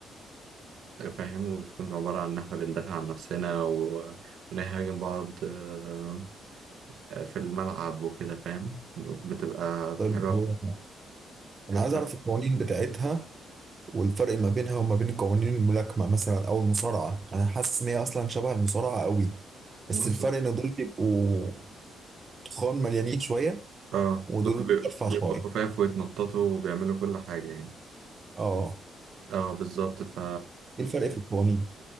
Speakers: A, on the right; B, on the right.
A: فاهم وبتكون عبارة عن إن إحنا بندافع عن نفسنا و... ونهاجم بعض آه، في الملعب وكده فاهم بتبقى
B: طب
A: حاجة
B: هو- انا عايز
A: ف...
B: اعرف القوانين بتاعتها والفرق ما بينها وما بين قوانين الملاكمة مثلا أو المصارعة أنا حاسس إن هي أصلا شبه المصارعة قوي
A: بص
B: بس الفرق إن دول بيبقوا تخان مليانين شوية
A: اه
B: ودول
A: دول بي-
B: أرفع
A: بيبقوا
B: شوية
A: خفاف ويتنططوا وبيعملوا كل حاجة يعني
B: أه
A: اه بالظبط ف
B: إيه الفرق في القوانين؟